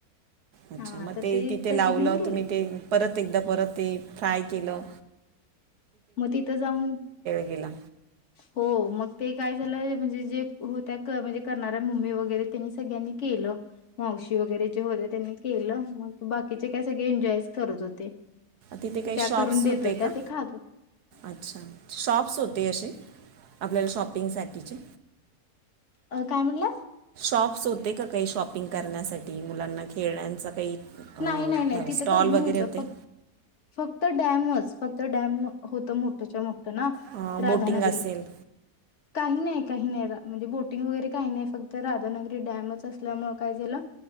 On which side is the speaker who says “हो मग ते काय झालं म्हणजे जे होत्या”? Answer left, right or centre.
Left